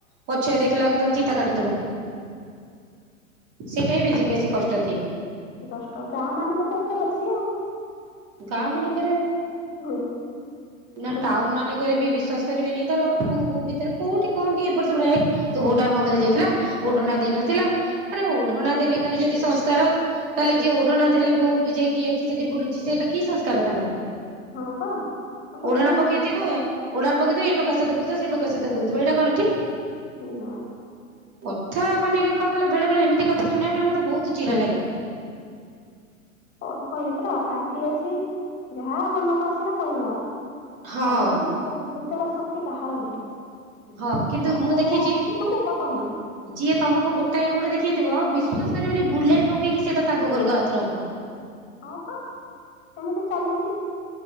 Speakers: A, on the right (about 35°); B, on the left (about 25°).
A: ପଛଆ ଦେଖିଲାକୁ ତମେ ଚିତା କାଟୁଥିବ ସେଇଟା ହ ବେଶୀ ବେ ବେଶି କଷ୍ଟ ଦିଏ।
B: କଷ୍ଟ ଗାଁ ମାନଙ୍କରେ ତ ଏଟା ବେଶୀ ଆଉ।
A: ଗାଁ ମାନଙ୍କରେ,
B: ହୁଏ
A: ନା
B: ହୁଁ,
A: ଟାଉନ ମାନଙ୍କରେ ବି ବିଶ୍ଵାସ କରିବେନି ତରୋ କୋହୁ କୋହୁ ଭିତରେ କୋଉଠି କଅଣ ଟିକେ ଏପଟ ସେପଟ ହେଏ, କି ତୋ ବୋହୂଟା ବନ୍ଦ୍ ହେଇଯାଇଥିଲା। ଓଢଣା ଦେଇନଥିଲା ଆରେ ଓଢଣା ଦେଲେ ଖାଲି ଯଦି ସଂସ୍କାର ତାହେଲେ ଯିଏ ଓଢ଼ଣା ଦେଲେ ବୋହୁ ବି ଯାଇକି ଏ ଏଠି, ସେଠି ବୁଲୁଛି ଯେ ତାକୁ କି ସଂସ୍କାର ତାଙ୍କର?
B: ହଁ ବା
A: ଓଢଣା
B: ବୁଝୁନାହଁ
A: ପକେଇଥିବ ଓଢଣା ପକେଇଥିବ, ଏ ଟୋକା ସହ ବୁଲୁଥିବ ସେ ଟୋକା ସହ ବୁଲୁଥିବ ଏଇଟା କଣ ଠିକ୍?
B: ନା
A: କଥା ମାନେ କଣ କହିଲ ବେଳେ ବେଳେ ଏମିତି କଥା ଶୁଣିବାକୁ ମିଳେ ମତେ ବହୁତ୍ ଚିଡା ଲାଗେ।
B: କଣ କହିଲି ପରା ପାଟି ଅଛି, ଯାହା ମନକୁ ଆସିଲା କହିଦବା।
A: ହଁ
B: ଆଗ ପଛ <unintelligible> ବିଚାର ଶକ୍ତି କାହାର ନାହିଁ।
A: ହଁ କିନ୍ତୁ,
B: ମନକୁ
A: ମୁଁ ଦେଖିଛି
B: ଏଇଟା ଆସିଛି ମାନେ ଏଇଟା କହିବି
A: ଯିଏ ତମକୁ ଗୋଟାଏ ଆଙ୍ଗୁଳି ଦେଖେ ଥିବ ବିଶ୍ୱାସ କରିବେନି ବୁଲେଇ ବଙ୍କେଇ କି ସେଇଟା ତାଙ୍କ ଘରକୁ ଆଉ ଥରେ ହବ।
B: ହଁ ବା ସେମିତି ଚାଲିଛି।